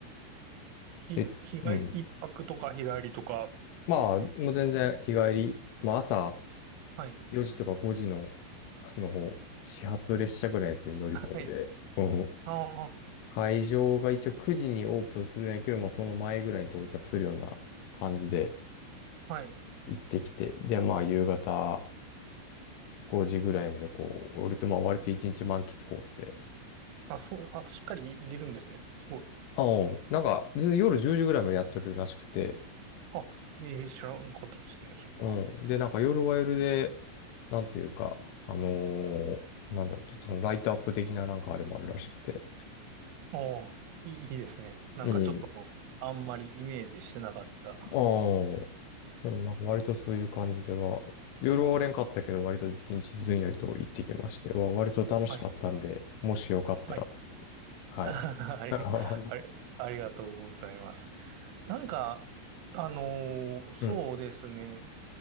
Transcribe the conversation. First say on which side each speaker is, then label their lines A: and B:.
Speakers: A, on the right (about 85°); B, on the left (about 80°).
A: ひ、
B: で、
A: 日帰り、
B: うん。
A: 一泊とか日帰りとか。
B: まあ、もう全然日帰り、まあ朝
A: はい。
B: 4時とか5時の、あの、始発列車ぐらいのやつに乗り込んで、
A: はい。
B: うん。
A: あ
B: 会場が一応9時にオープンするんやけど、まあその前ぐらいに到着するような感じで
A: あ、はい。
B: 行ってきて、で、まあ夕方、5時ぐらいまでこう、俺とまあ割と1日満喫コースで。
A: あ、そう、あ、しっかり入れるんですね。すごい。
B: あ、うん。なんか、全然夜10時ぐらいまでやってるらしくて。
A: あ、ええ、知らんかったですね、それは。
B: うん。で、なんか夜は夜で、なんていうか、あのーなんだろう、ちょっとそのライトアップ的ななんかあれもあるらしくて。
A: ああ、いい、いいですね。なんかちょっと、
B: うん。
A: あんまりイメージしてなかった。
B: ああ。でもなんか割とそういう感じでは、夜はおれんかったけど、割と一日ずんやりと行ってきましては、割と楽しかったんで、
A: はい。
B: もしよかったら。
A: はい。<laughs>
B: はい。
A: あれ、
B: <laughs>
A: あれ、ありがとうございます。なんか、あのーそうですね。
B: うん